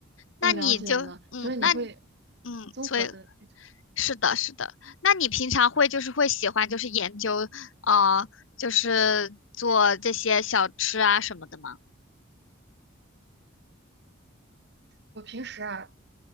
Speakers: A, on the left; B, on the right.
A: 那你就嗯，
B: 我了解了。所以你会
A: 那嗯，
B: 综合的那种。
A: 所以是的，是的。那你平常会就是会喜欢就是研究，呃，就是做这些小吃啊什么的吗？
B: 我平时啊，